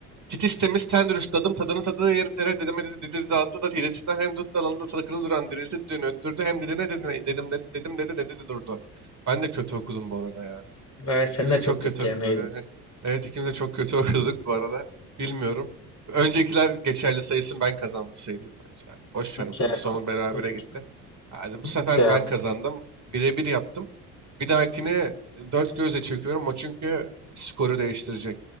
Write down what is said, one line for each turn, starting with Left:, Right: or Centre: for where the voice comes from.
Right: Titiz temiz ten dürüst adım tadının tadığı yeri dere dedemedi dedi dağıttı da hiletinden hem dut dalında takılı duran dirilti düğünü öttürdü hem didine dedine dedim dedi dedim dedi dedi dedi durdu. Ben de kötü okudum bu arada ya.
Left: Evet sen
Right: İkimiz
Left: de
Right: de çok
Left: çok
Right: kötü
Left: ge- gerimeydin.
Right: okuduk. <laughs> Evet ikimiz de çok kötü <laughs> okuduk bu arada. Bilmiyorum. Öncekiler geçerli sayısın ben kazanmış sayılım bence. abi. Boş
Left: Okey.
Right: ver bu son berabere
Left: Okey.
Right: gitti. Hadi bu sefer
Left: Okey.
Right: ben kazandım. Birebir yaptım. Bir dahakini dört gözle çekiyorum o çünkü skoru değiştirecek.